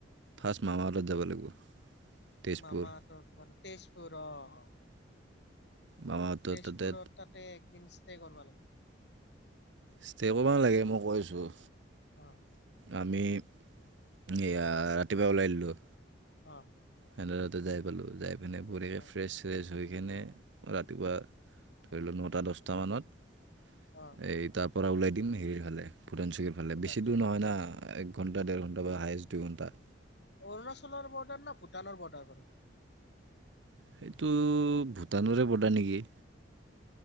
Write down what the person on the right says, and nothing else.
ফাৰ্ষ্ট মামা তাত যাব লাগিব তেজপুৰ
মামাহঁতৰ
তাতে
ষ্টে কৰিব নেলাগে মই কৈ আছোঁ
আমি য়া ৰাতিপুৱা ওলাই দিলোঁ
তেহেতৰ তাতে যাই পালো যাই নে পুৰে
ফ্ৰেছ চেচ হৈ সেইকিনে ৰাতিপুৱা ধৰি লও নটা দচটামানত
এই তা পৰা ওলাই দিম হেৰী ফালে ভূটান চকীৰ ভালে
বেছি
দূৰ নহয়
না
এক ঘণ্টা ডেৰ ঘণ্টা তাপা হাইচ দু ঘণ্টা
সেইটো ভূটানৰে বৰ্ডাৰ নেকি